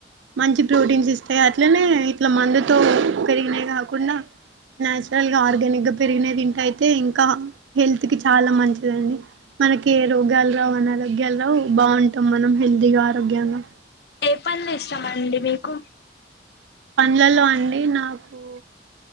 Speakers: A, on the right; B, on the left.
A: మంచి ప్రోటీన్స్ ఇస్తాయి అట్లనే ఇట్లా మందుతో పెరిగినాయి కాకుండా నాచురల్ గా ఆర్గానిక్గ పెరిగిన తింట అయితే ఇంకా హెల్త్ కి చాలా మంచిదండి మనకి ఏ రోగాలు రావు అనరోగ్యాలు రావు బాగుంటాం మనం హెల్తీగా ఆరోగ్యంలో
B: ఏ <unintelligible> ఇష్టమండి మీకు
A: లలో అండి నాకు